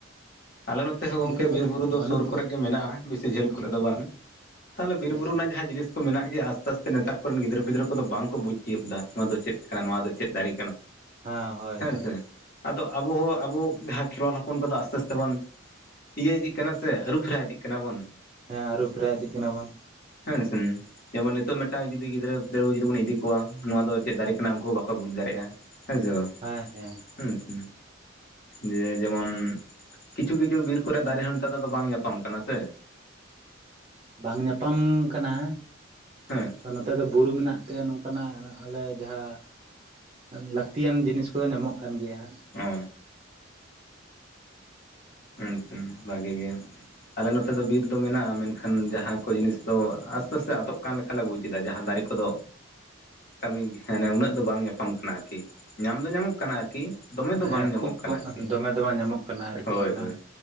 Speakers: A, on the left; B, on the right.
A: ᱟᱞᱮ ᱱᱚᱛᱮ ᱦᱚᱸ
B: ᱚᱱᱠᱟ
A: ᱜᱚᱝᱠᱮ
B: ᱠᱚᱫᱚ
A: ᱵᱤᱨ ᱵᱩᱨᱩ
B: ᱵᱟᱹᱱᱩᱜ
A: ᱫᱚ ᱥᱩᱨ
B: ᱠᱚᱣᱟ
A: ᱠᱚᱨᱮᱜ ᱜᱮ ᱢᱮᱱᱟᱜ-ᱟ ᱵᱤᱥᱤ ᱡᱷᱟᱹᱞ ᱠᱚᱨᱮᱜ ᱫᱚ ᱵᱟᱝ ᱛᱟᱦᱞᱮ ᱵᱤᱨ
B: ᱟᱪᱪᱷᱟ
A: ᱵᱩᱨᱩ ᱮᱱᱟᱜ ᱡᱟᱦᱟᱸ ᱡᱤᱱᱤᱥ ᱠᱚ ᱢᱮᱱᱟᱜ ᱜᱮᱭᱟ ᱟᱥᱛᱮ ᱟᱥᱛᱮ ᱱᱮᱛᱟᱨ ᱠᱚᱨᱮᱱ ᱜᱤᱫᱽᱨᱟᱹ ᱯᱤᱫᱽᱨᱟᱹ ᱠᱚᱫᱚ ᱵᱟᱝ ᱠᱚ ᱵᱩᱡᱽ ᱛᱤᱭᱳᱜ ᱫ ᱱᱚᱣᱟ ᱫᱚ ᱪᱮᱫ ᱠᱟᱱᱟ ᱱᱚᱣᱟ ᱫᱚ ᱪᱮᱫ ᱫᱟᱨᱮ ᱠᱟᱱᱟ
B: ᱦᱮᱸ ᱦᱳᱭ
A: ᱦᱮᱸ
B: ᱦᱳᱭ
A: ᱥᱮ ᱟᱫᱚ ᱟᱵᱚᱚᱸ ᱟᱵᱚ ᱡᱟᱦᱟᱸ ᱠᱷᱮᱨᱣᱟᱞ ᱦᱚᱯᱚᱱ ᱠᱚᱫᱚ ᱟᱥᱛᱮ ᱟᱥᱛᱮ ᱵᱚᱱ ᱤᱭᱟᱹ ᱤᱫᱤᱜ ᱠᱟᱱᱟ ᱥᱮ ᱟᱹᱨᱩᱯᱷᱮᱨᱟ ᱤᱫᱤᱜ ᱠᱟᱱᱟ ᱵᱚᱱ
B: ᱦᱮᱸ ᱟᱹᱨᱩ ᱯᱷᱮᱨᱟ ᱤᱫᱤᱜ ᱠᱟᱱᱟ ᱵᱚᱱ
A: ᱦᱮᱸ ᱥᱮᱱ ᱡᱮᱢᱚᱱ ᱱᱤᱛᱚᱜ ᱢᱤᱫᱴᱟᱝ ᱡᱩᱫᱤ ᱜᱤᱫᱽᱨᱟᱹ ᱯᱤᱫᱽᱨᱟᱹ ᱠᱚ ᱡᱩᱫᱤ ᱵᱚᱱ ᱤᱫᱤ ᱠᱚᱣᱟ ᱱᱚᱣᱟ ᱫᱚ ᱪᱮᱫ ᱫᱟᱲᱮ ᱠᱟᱱᱟ ᱩᱱᱠᱩ ᱦᱚᱸ ᱵᱟᱠᱚ ᱵᱩᱡᱽ ᱫᱟᱲᱮᱭᱟᱜ-ᱟ ᱦᱮᱸ ᱥᱮ ᱵᱟᱝ
B: ᱦᱮᱸ ᱦᱮᱸ
A: ᱦᱮᱸᱥᱮ ᱡᱮ ᱡᱮᱢᱚᱱ ᱠᱤᱪᱷᱩ ᱠᱤᱪᱷᱩ ᱵᱤᱨ ᱠᱚᱨᱮ ᱫᱟᱨᱮ ᱦᱚᱸ ᱱᱮᱛᱟᱨ ᱫᱚ ᱟᱫᱚ ᱵᱟᱝ ᱧᱟᱯᱟᱢ ᱠᱟᱱᱟ ᱥᱮ
B: ᱵᱟᱝ ᱧᱟᱯᱟᱢ ᱠᱟᱱᱟ
A: ᱦᱮᱸ
B: ᱛᱚ ᱱᱚᱛᱮ ᱫᱚ ᱵᱩᱨᱩ ᱢᱮᱱᱟᱜ ᱛᱮ ᱱᱚᱝᱠᱟᱱᱟᱜ ᱟᱞᱮ ᱡᱟᱦᱟᱸ ᱞᱟᱹᱠᱛᱤᱭᱟᱱ ᱡᱤᱱᱤᱥ ᱠᱚᱫᱚ ᱧᱟᱢᱚᱜ ᱠᱟᱱ ᱜᱮᱭᱟ ᱦᱟᱸᱜ
A: ᱚ <unintelligible> ᱵᱷᱟᱜᱤ ᱜᱮ ᱟᱞᱮ ᱱᱚᱛᱮ ᱫᱚ ᱵᱤᱨ ᱫᱚ ᱢᱮᱱᱟᱜ-ᱟ ᱢᱮᱱᱠᱷᱟᱱ ᱡᱟᱦᱟᱸ ᱠᱚ ᱡᱤᱱᱤᱥ ᱫᱚ ᱟᱥᱛᱮ ᱟᱥᱛᱮ ᱟᱫᱚᱜ ᱠᱟᱱ ᱞᱮᱠᱟᱞᱮ ᱵᱩᱡ ᱮᱫᱟ ᱡᱟᱦᱟᱸ ᱫᱟᱨᱮ ᱠᱚᱫᱚ ᱠᱟᱹᱢᱤ ᱢᱟᱱᱮ ᱩᱱᱟᱹᱜ ᱫᱚ ᱵᱟᱝ ᱧᱟᱯᱟᱢ ᱠᱟᱱᱟ ᱟᱨᱠᱤ ᱧᱟᱢ ᱫᱚ ᱧᱟᱢᱚᱜ ᱠᱟᱱᱟ ᱟᱨᱠᱤ ᱠᱤ ᱫᱚᱢᱮ ᱫᱚ
B: ᱦᱮᱸ
A: ᱵᱟᱝ ᱧᱟᱢᱚᱜ
B: ᱠᱷᱩᱵ
A: ᱠᱟᱱᱟ
B: ᱠᱚᱢ
A: ᱟᱨᱠᱤ
B: ᱫᱚᱢᱮ ᱫᱚ ᱵᱟᱝ ᱧᱟᱢᱚᱜ ᱠᱟᱱᱟ ᱟᱨᱠᱤ
A: ᱦᱳᱭ
B: ᱢᱟᱱᱮ
A: ᱦᱳᱭ